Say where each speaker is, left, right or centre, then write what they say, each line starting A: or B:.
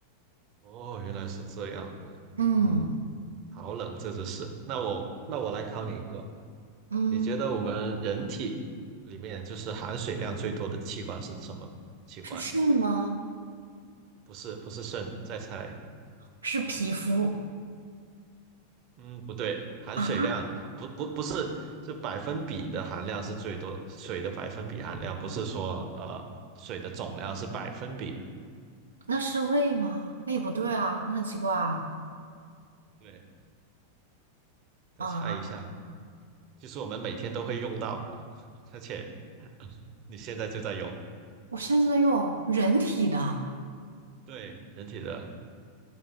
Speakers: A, on the right (about 40°); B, on the right (about 75°).
A: 哦，原来是这样子，
B: 嗯
A: 嗯，好冷这只是，那我那我来考你一个，
B: 嗯，
A: 你觉得我们人体里面就是含水量最多的器官是什么器官？
B: 是肾吗？
A: 不是不是肾，再猜，
B: 是皮肤
A: 嗯，不对，含水量不不不是，
B: 啊？
A: 是百分比的含量是最多，水的百分比含量不是说呃水的总量是百分比。
B: 那是胃吗？那也不对啊，那很奇怪啊！
A: 对，再猜一下，
B: 啊，
A: 就是我们每天都会用到的，而且你现在就在用。
B: 我现在在用人体的。
A: 对，人体的，